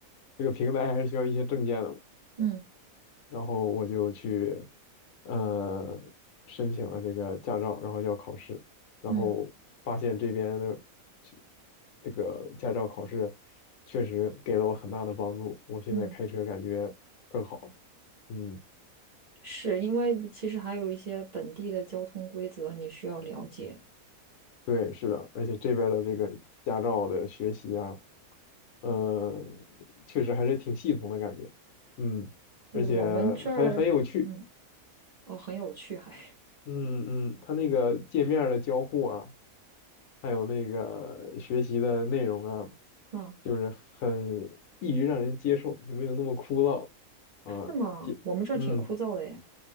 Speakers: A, on the left; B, on the right.
A: 这个平台还是需要一些证件的嘛。
B: 嗯嗯
A: 然后我就去呃申请了这个驾照，然后要考试，然后发现这边的这
B: 嗯
A: 这个驾照考试确实给了我很大的帮助，我现在开车感觉更好了。
B: 嗯。
A: 嗯。
B: 是因为其实还有一些本地的交通规则你需要了解。
A: 对，是的，而且这边儿的这个驾照的学习啊，呃，确实还是挺系统的感觉，嗯，
B: 对，
A: 而且还很有趣，
B: 我们这儿，嗯，哦，很有趣还，<laughs>
A: 嗯嗯，它那个界面儿的交互啊，还有那个学习的内容啊，
B: 啊，
A: 就是很易于让人接受，就没有那么枯燥啊，
B: 是吗？
A: 接，
B: 我们这儿挺枯燥的耶。
A: 嗯，